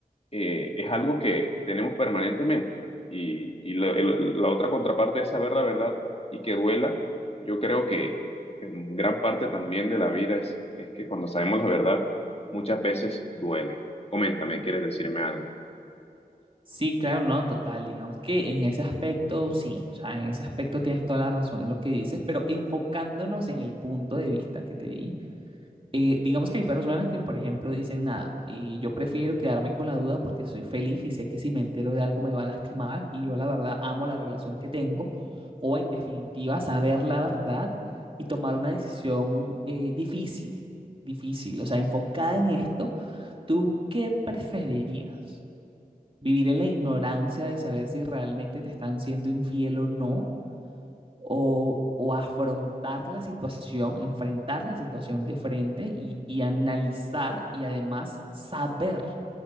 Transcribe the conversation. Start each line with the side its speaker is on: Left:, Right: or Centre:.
Left: eh, es algo que tenemos permanentemente. Y, y la, el- la otra contraparte es saber la verdad y que duela. Yo creo que en gran parte también de la vida es, es que cuando sabemos la verdad, muchas veces duele. Coméntame, ¿quieres decirme algo?
Right: Sí, claro, no, total, digamos que en ese aspecto sí, o sea, en ese aspecto tienes toda la razón en lo que dices, pero enfocándonos en el punto de vista que te di, Eh, digamos que hay personas que, por ejemplo, dicen, nada, y yo prefiero quedarme con la duda porque soy feliz y sé que si me entero de algo me va a lastimar y yo la verdad amo la relación que tengo, o en definitiva, saber la verdad y tomar una decisión eh, difícil, difícil, o sea, enfocada en esto, ¿tú qué preferirías? ¿Vivir en la ignorancia de saber si realmente te están siendo infiel o no? o, o afrontar la situación, enfrentar la situación de frente y, y analizar y además saber